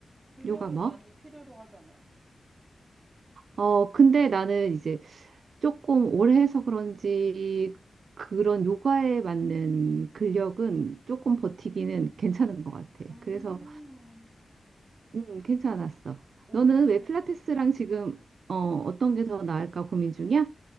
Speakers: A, on the right; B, on the right.
A: 근력을
B: 요가 뭐?
A: 많이 필요로 하잖아.
B: 어, 근데 나는 이제 조금 오래 해서 그런지 그런 요가에 맞는 근력은 조금 버티기는 괜찮은 것 같아.
A: 음,
B: 그래서 음, 괜찮았어.
A: 오래
B: 너는
A: 했으니까,
B: 왜 필라테스랑
A: 그치?
B: 지금 어,
A: 어.
B: 어떤 게 더 나을까 고민 중이야?